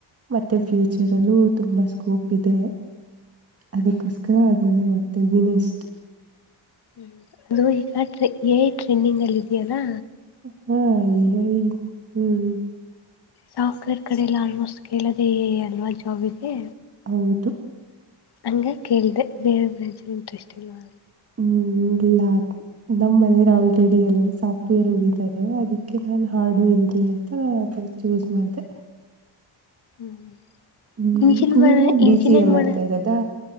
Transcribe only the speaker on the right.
ಮತ್ತೆ ಫ್ಯೂಚರ್ ಅಲ್ಲೂ ತುಂಬಾ ಸ್ಕೋಪ್ ಇದೆ ಅದಕ್ಕೋಸ್ಕರ ಅದಲ್ಲ ಓದ್ತಾ ಇದ್ದೀನಿ ಅಷ್ಟು
ಹಾ ಈ ಹ್ಮ್
ಹೌದು
ಹ್ಮ್ ಲಾಖ ನಮ್ಮ್ ಮನೆಯರು ಆಲ್ರೆಡಿ ಎಲ್ಲ ಸಾಫ್ಟ್ವೇರ್ ಉರಿದ್ದಾರೆ ಅದಕ್ಕೆ ನಾನ್ ಹಾರ್ಡ್ವೇರ್ ಇಲಿ ಅಂತ ಚೂಸ್ ಮಾಡಿದೆ
ಹ್ಮ್
ನೀವು
ಬಿ
ಸಿ
ಎ ಮಾಡ್ತಾ
ಇರೋದಾ